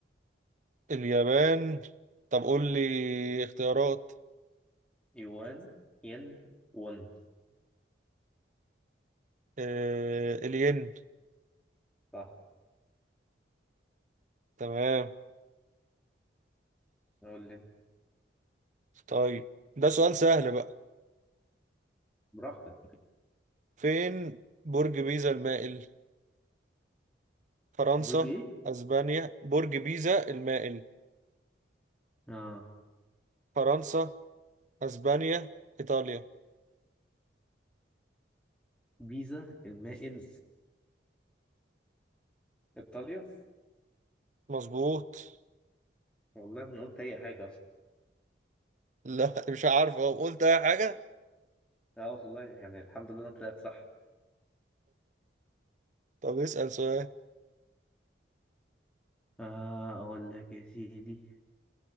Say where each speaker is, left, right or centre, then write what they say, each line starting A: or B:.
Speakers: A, on the right (about 40°); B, in the centre.
A: اليابان طب قول لي اختيارات
B: يوان ين ون
A: آه الين
B: صح
A: تمام
B: قول لي
A: طيب ده سؤال سهل بقى
B: براحتك
A: فين برج بيزا المائل فرنسا
B: برج ايه؟
A: اسبانيا برج بيزا المائل
B: اه
A: فرنسا اسبانيا ايطاليا
B: بيزا المائل ايطاليا
A: مظبوط <laughs>
B: والله ما قلت اي حاجه اصلا
A: لا مش عارف أهو. قلت اي حاجة
B: اه والله يعني الحمد لله انا طلعت صح
A: طب اسأل سؤال
B: آه أقول لك يا سيدي